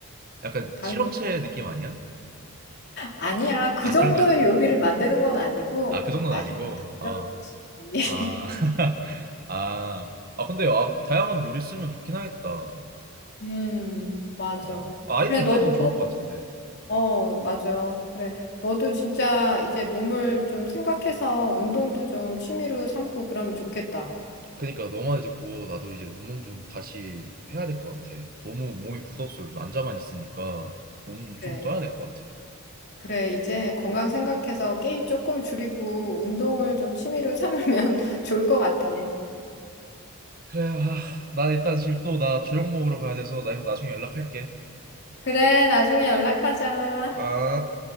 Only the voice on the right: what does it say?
약간
실험체
느낌 아니야?
아,
그런 거야.
아, 그 정도는
아니고,
어.
아, <laughs> 아, 아, 근데 아, 다양한 요리 쓰면 좋긴 하겠다.
어, 아, 아이들
입장에서는
좋을 것 같은데.
그러니까 너말 듣고 나도 이제 운동 좀 다시 해야 될 것 같아. 너무 몸이 굳었어. 요즘 앉아만 있으니까 몸
좀 써야 될 것 같아.
그래, 아, 나 일단 지금 또 나 저녁 먹으러 가야 돼서 나 나중에 연락할게.
아.